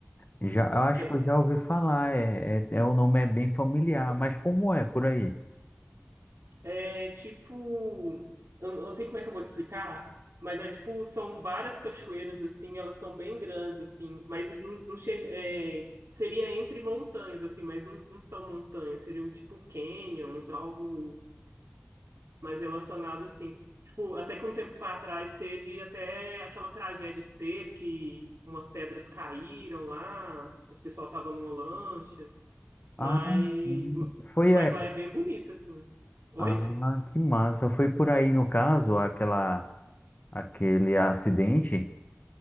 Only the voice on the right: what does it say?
que
é, é tipo, eu eu não sei como é que eu vou te explicar, mas é tipo, são várias cachoeiras assim, elas são bem grandes assim, mas não, não chega, é, seria entre montanhas assim, mas não, não são montanhas, seriam tipo canyons, algo mais relacionado, assim. Tipo, até que um tempo para trás teve até aquela tragédia que teve, que umas pedras caíram lá, o pessoal tava numa lancha, mas,
mas
lá é bem bonito, assim. Oi?